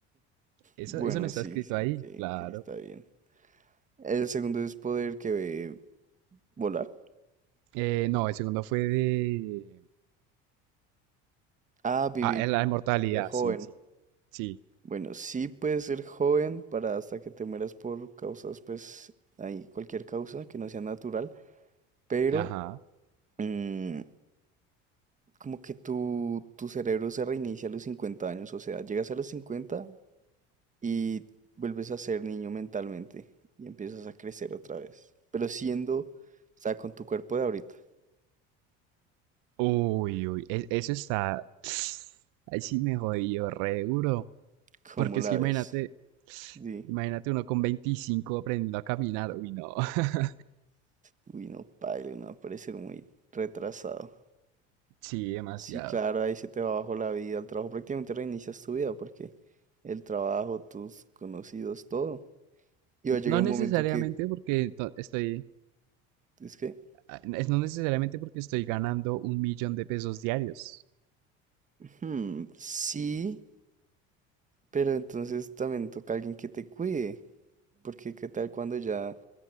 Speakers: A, on the right; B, on the right.
A: Eso,
B: Bueno,
A: eso no está
B: sí,
A: escrito
B: sí,
A: ahí,
B: que
A: claro.
B: que está bien. El segundo es poder que volar.
A: Eh, no, el segundo fue de...
B: Ah, vivir,
A: Ah, eh, la inmortalidad,
B: ser joven.
A: sí, sí. Sí,
B: Bueno, sí puedes ser joven para hasta que te mueras por causas, pues, ahí cualquier causa que no sea natural, pero
A: ajá.
B: mm, como que tu, tu cerebro se reinicia a los 50 años, o sea, llegas a los 50 y vuelves a ser niño mentalmente y empiezas a crecer otra vez, pero siendo, o sea, con tu cuerpo de ahorita,
A: Uy, uy, e- eso está. <sniffs> Ahí sí me jodió re duro.
B: ¿cómo
A: Porque
B: la
A: es que imagínate,
B: ves? Sí.
A: imagínate uno con 25 aprendiendo a caminar. Uy, no. <laughs>
B: Uy, no, paila, no va a parecer muy retrasado.
A: Sí, demasiado.
B: Sí, claro, ahí se te va abajo la vida. El trabajo prácticamente reinicias tu vida porque el trabajo, tus conocidos, todo. Y va a llegar
A: No necesariamente
B: un momento que
A: porque to- estoy.
B: es que,
A: ah, es No necesariamente porque estoy ganando un millón de pesos diarios.
B: hmm, sí, pero entonces también toca alguien que te cuide. Porque qué tal cuando ya,